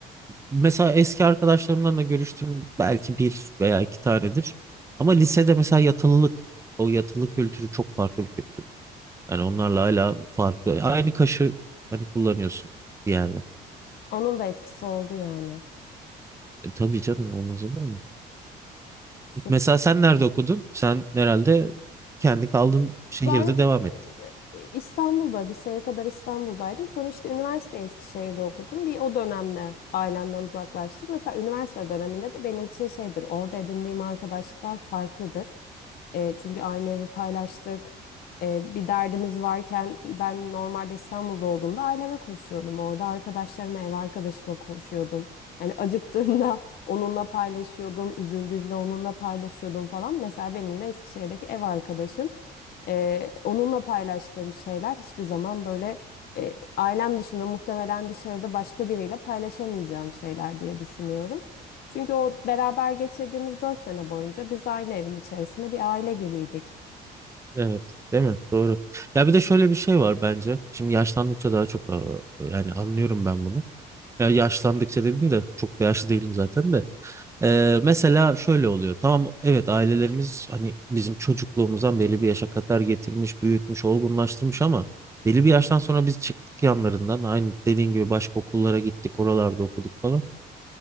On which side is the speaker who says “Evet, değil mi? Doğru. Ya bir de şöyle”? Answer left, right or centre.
Right